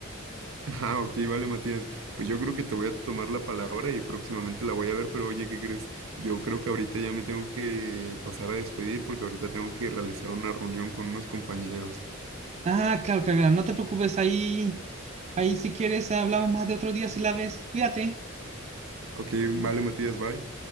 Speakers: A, on the right; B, on the right.
A: Ah, ok, vale, Matías. Pues yo creo que te voy a tomar la palabra y próximamente la voy a ver, pero oye, ¿qué crees? Yo creo que ahorita ya me tengo que pasar a despedir porque ahorita tengo que realizar una reunión con unos compañeros.
B: Ah, claro, claro, claro, no te preocupes, ahí, ahí si quieres hablamos más de otro día si la ves, cuídate.
A: Ok, vale, Matías, bye.